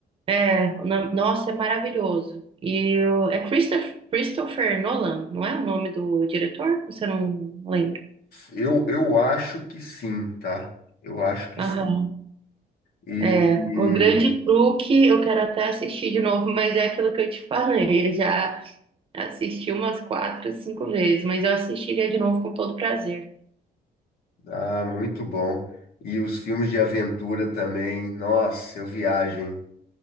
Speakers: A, on the right; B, on the left.
A: É, o nome- nossa, é maravilhoso. E o- é Christopher, Christopher Nolan, não é o nome do diretor? Você não lembra?
B: Eu, eu acho que sim, tá? Eu acho que sim.
A: Aham.
B: E,
A: É,
B: e-
A: o Grande Truque, eu quero até assistir de novo, mas é aquilo que eu te <laughs> falei. Eu já assisti umas quatro, cinco vezes, mas eu assistiria de novo com todo prazer.
B: ah, muito bom. E os filmes de aventura também. Nossa, eu viajo, hein?